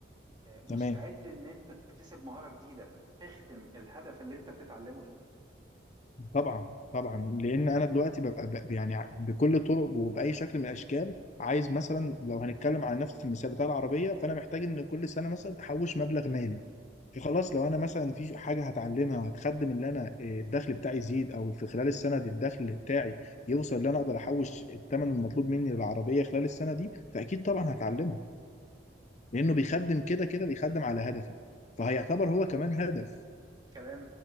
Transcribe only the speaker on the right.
مستعد
ان انت تكتسب مهارة جديدة تخدم الهدف اللي انت بتتعلمه ده
جميل
صح
كلام